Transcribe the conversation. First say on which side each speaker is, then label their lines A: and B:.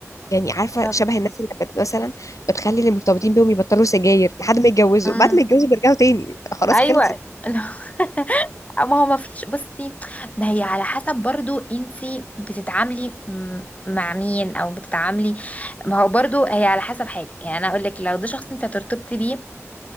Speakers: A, on the left; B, on the left.
A: يعني عارفه
B: طب
A: شبه الناس اللي بت... مثلا بتخلي اللي مرتبطين بيهم يبطلوا سجاير لحد ما يتجوزوا
B: مم.
A: بعد ما يتجوزوا بيرجعوا تاني خلاص
B: ايوه
A: خلصت
B: <laughs> ما هو ما فيش بصي ده هي على حسب برضو انتي بتتعاملي م- مع مين او بتتعاملي ما هو برضو هي على حسب حاجه يعني انا اقول لك لو ده شخص انت هترتبطي بيه